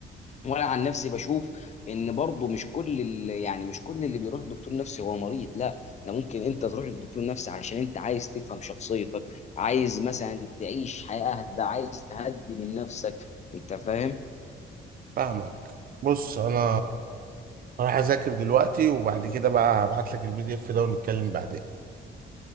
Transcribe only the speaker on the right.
فاهمك بص انا راح اذاكر دلوقتي وبعد كده بقى هبعت لك البي دي اف ده ونتكلم بعدين